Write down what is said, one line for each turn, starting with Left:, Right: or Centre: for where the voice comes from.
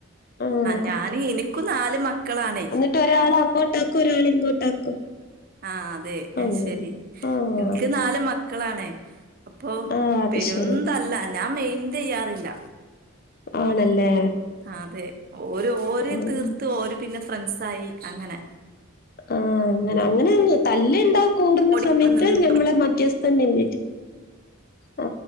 Left: ആഹ് കു
Right: ഞാന് ഇനിക്കും നാല് മക്കളാണേ
Left: ട്ട് ഒരാളെ അങ്ങോട്ടാക്കും ഒരാളെ ഇങ്ങോട്ടാക്കും
Right: ആ അതെ
Left: അങ്ങനെ.
Right: അയിശരി
Left: ആഹ്
Right: ഇൻക്ക് നാല് മക്കളാണേ അപ്പൊ
Left: ആഹ് അത്
Right: പെരുംന്തല്ല
Left: ശരി
Right: ഞാൻ മെയിന്റ് ചെയ്യാറില്ല
Left: ആണല്ലേ
Right: അതെ ഓര് ഓര്
Left: ആഹ്
Right: തീർത്ത് ഓര് പിന്നെ ഫ്രണ്ട്സ് ആയി അങ്ങനെ
Left: ആഹ് അങ്ങനെ അങ്ങനാന്നെ തല്ല് ഉണ്ടാ കൂടുന്ന
Right: ഓടി
Left: സമയത്ത്
Right: ഇവിടെ നിന്ന്
Left: ഞമ്മള് മധ്യസ്ഥ നിന്നിട്ട് ആ